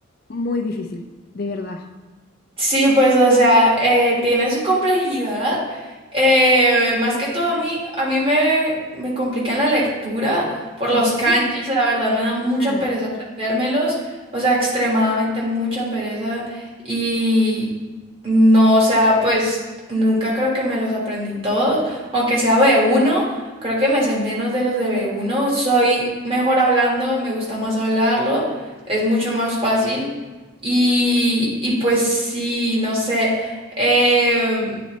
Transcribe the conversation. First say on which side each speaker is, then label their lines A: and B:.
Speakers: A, on the left; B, on the right.
A: muy difícil, de verdad.
B: Sí, pues, o sea, eh, tiene su complejidad. Eh, más que todo, a mí, a mí me, me complican la lectura por los
A: Ujú,
B: kanjis, la verdad me da mucha
A: Claro,
B: pereza aprendérmelos, o sea, extremadamente mucha pereza y no, o sea, pues nunca creo que me los aprendí todos, aunque sea b uno, creo que me sé menos de los de b uno. soy mejor hablando, me gusta más hablarlo, es mucho más fácil. Y, y pues sí, no sé. em,